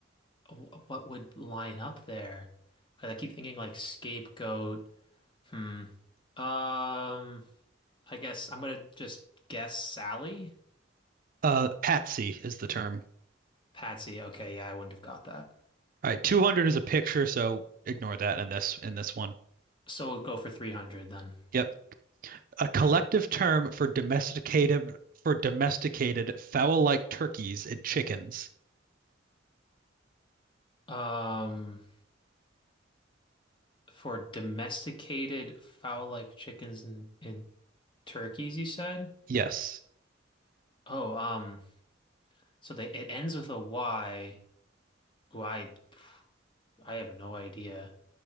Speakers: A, on the left; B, on the right.
A: wh- what would line up there. 'Cause I keep thinking like scapegoat. Hmm. Um, I guess I'm gonna just guess Sally.
B: uh, patsy is the term.
A: Patsy. Okay, yeah, I wouldn't have got that.
B: All right, 200 is a picture, so ignore that in this in this one.
A: So we'll go for 300 then.
B: Yep. A collective term for domesticated for domesticated fowl-like turkeys and chickens.
A: Um, for domesticated fowl-like chickens and, and turkeys, you said?
B: Yes.
A: Oh, um, so they it ends with a Y. Ooh, I I have no idea.